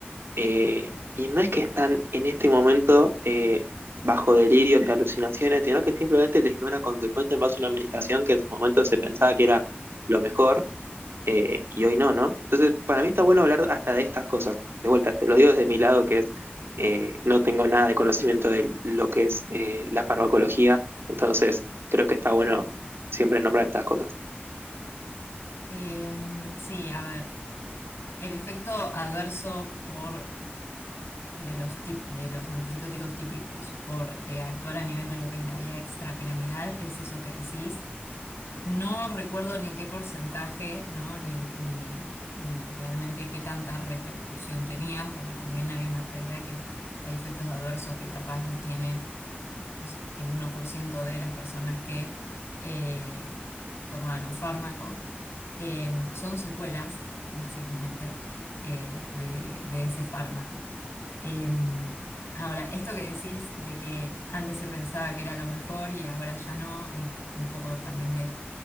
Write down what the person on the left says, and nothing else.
Eh, sí, a ver, el efecto adverso por de los tip- de los antipsicóticos típicos por eh, actuar a nivel de lo que es la vía extrapiramidal es eso que decís No recuerdo ni qué porcentaje, ¿no? Ni, ni, ni realmente qué tanta repercusión tenían, porque también hay una realidad que hay efectos adversos que capaz los tiene, no sé, el uno por ciento de las personas que eh, toman un fármaco. Eh, son secuelas, <laughs> básicamente, eh, de, de ese fármaco. Em, ahora, esto que decís de que antes se pensaba que era lo mejor y ahora ya no, es un poco también de